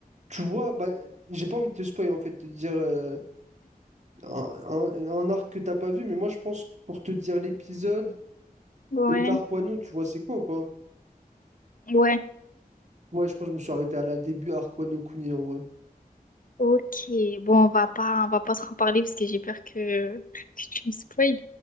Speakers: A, on the right (about 45°); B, on the left (about 60°).
A: tu vois, bah, j'ai pas envie de te spoiler, en fait, de dire. euh, un, un- un arc que t'as pas vu, mais moi je pense que pour te dire l'épisode
B: Ouais.
A: ou de l'arc Wano, tu vois c'est quoi ou pas?
B: Ouais.
A: Ouais, je pense que je me suis arrêté à la début arc Wano Kuni en vrai.
B: Ok. Bon, on va pas, on va pas trop en parler parce que j'ai peur que, que tu me spoiles.